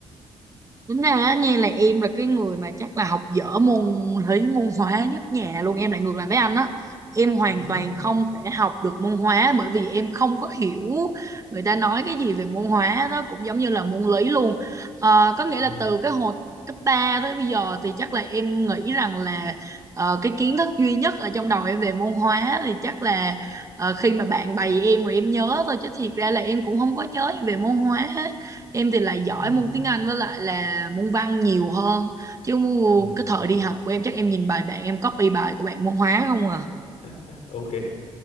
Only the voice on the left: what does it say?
ừ hứ,
ừ
ừ,
ừ.
<laughs> ok